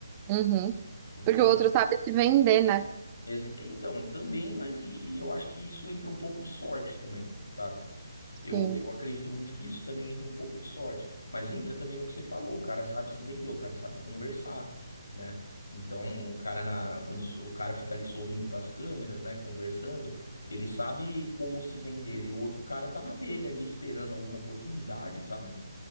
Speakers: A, on the right; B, on the left.
A: Uhum.
B: Então,
A: Porque o outro sabe se vender, né?
B: ex- então também, mas e, e eu acho que isso entra um pouco de sorte também, sabe? Eu,
A: Sim,
B: eu acredito muito que isso também entra um pouco de sorte, mas entra também no que você falou, o cara sabe se vender, o cara sabe conversar, né? Então, o cara na, quando so- o cara fica ali sorrindo para as câmeras, né, conversando, ele sabe como se vender e o outro cara tá na dele ali esperando alguma oportunidade, sabe?